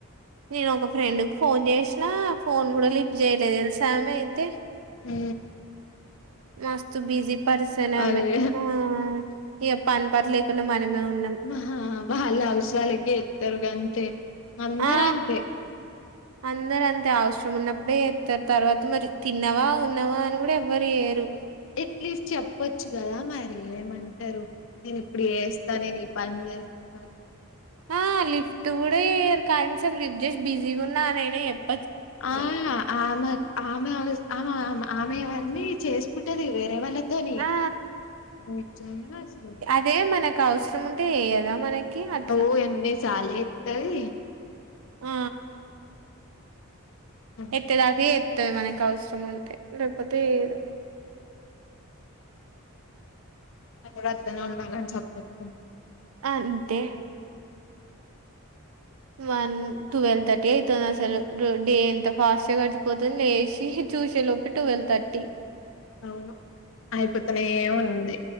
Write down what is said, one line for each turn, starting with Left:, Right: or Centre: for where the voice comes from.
Right: నేను ఒక ఫ్రెండ్ ఫోన్ చేసినా ఫోన్ కూడా లిఫ్ చేయలేదు తెలుసా ఆమె అయితే
Left: ఉ
Right: మస్తు బిజీ పరిసన్ అమే
Left: అదే
Right: ఆ ఆ ఏ పని పాట లేకుండా మనమే ఉన్నాం
Left: ఆ వాళ్ళ అవసారాలకే ఎత్తరు గంతే అందరు
Right: ఆ
Left: అంతే
Right: అందరు అంతే అవసరం ఉన్నప్పుడే చేస్తారు తర్వాత మరి తిన్నావా ఉన్నావా అని కూడా ఎవ్వరు చేయ్యరు
Left: ఎట్లీస్ట్ చెప్పొచ్చు కదా మరీ ఏమంటారు నేను ఇప్పుడు చేస్తా నేను ఈ పని చేస్తున్నా
Right: ఆ లిఫ్ట్ కూడా చెయ్యరు కనీసం లిఫ్ట్ చేసి బిజీగా ఉన్నా అనైన చెప్
Left: ఆ ఆమె ఆమె ఆమె ఆమె అవన్నీ చేసుకుంటది వేరే వాళ్ళ తోని
Right: ఆ
Left: నిజంగాసాలు
Right: ఇదే మనకు అవసరం ఉంటే చేయదా మనకి అట్లా
Left: ఓ ఎన్ని సార్లు చెప్తది
Right: ఆ
Left: చెప్తది
Right: ఎత్తేదాక ఎత్తది మనకి అవసరం ఉంటే లేకపోతే ఇయ్యదు
Left: వాతనే ఉండాలండి సెప్రాట్గా
Right: అంతే వన్ ట్వెల్వ్ థర్టీ అయితుంది అసలు డే ఎంత ఫాస్ట్గా గడిచిపోతుంది లేచి చూసే లోప్ప ట్వల్తర్టీ
Left: అవును అయిపోతేనే ఉంది